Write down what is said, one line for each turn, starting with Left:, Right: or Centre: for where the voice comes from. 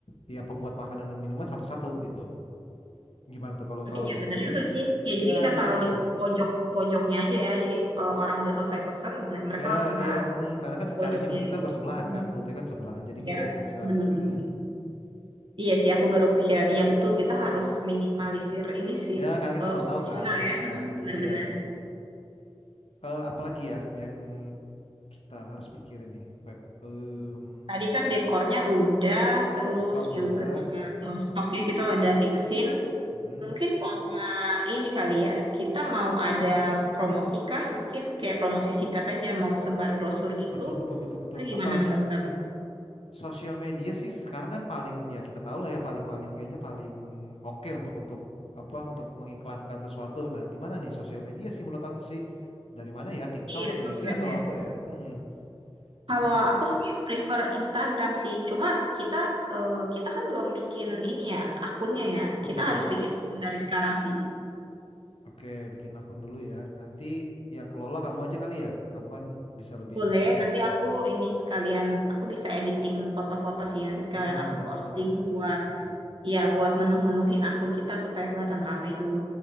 Left: ya pembuat makanan dan minuman satu-satu gitu. Gimana tuh kalau kalau
Right: iya
Left: begitu?
Right: bener juga sih. Ya jadi
Left: Ya
Right: kita
Left: kita
Right: taruh
Left: bisa.
Right: di pojok pojoknya aja ya. Jadi eh, orang udah selesai pesen nah, mereka
Left: Ya
Right: langsung ke
Left: ya,
Right: arah
Left: mm, karena kan secara
Right: pojoknya
Left: juga kita
Right: gitu.
Left: bersebelahan
Right: Mhm.
Left: kan, butnya kan sebelahan. Jadi
Right: Iya,
Left: kayak bisa.
Right: bener-bener.
Left: mm,
Right: Iya sih, aku baru pikiran. Iya betul, kita
Left: mm.
Right: harus minimalisir ini sih
Left: Ya karena kita
Right: eh,
Left: belum
Right: operasional
Left: tahu kan ramai
Right: ya, <laughs>
Left: atau
Right: memang
Left: enggaknya.
Right: benar-benar.
Left: Iya. Eh, apalagi ya yang kita harus pikirin nih, Feb. Em,
Right: Tadi kan dekornya udah, terus
Left: stok
Right: juga
Left: udah.
Right: eh, stoknya kita ada fixin.
Left: mm.
Right: Mungkin sama ini kali ya, kita mau ada promosi kah? Mungkin kayak promosi sikat aja, mau sebar brosur gitu.
Left: Betul betul betul betul.
Right: Atau gimana
Left: Apa sos-
Right: menurut kamu?
Left: sosial media sih sekarang kan paling ya kita tahu lah ya paling-paling kayaknya paling oke untuk untuk apa untuk mengiklankan sesuatu. Nah, gimana nih sosial media sih menurut aku sih dari mana ya TikTok
Right: Iya,
Left: atau
Right: sosmednya.
Left: IG atau apa ya? mm Cuma
Right: Kalau
Left: aku
Right: aku sih prefer Instagram sih. Cuma kita eh, kita kan belum bikin ini ya akunnya ya.
Left: betul.
Right: Kita harus bikin akun dari sekarang sih.
Left: Oke, bikin akun dulu ya. Nanti yang kelola kamu aja kali ya. Kamu kan bisa lebih
Right: Boleh,
Left: ngerti tuh.
Right: nanti
Left: nah
Right: aku ini sekalian aku bisa editing foto-foto sih nanti sekalian
Left: Ah,
Right: aku
Left: mantap
Right: posting
Left: mantap.
Right: buat
Left: Oke.
Right: ya buat menuh-menuhin akun kita supaya kelihatan ramai dulu.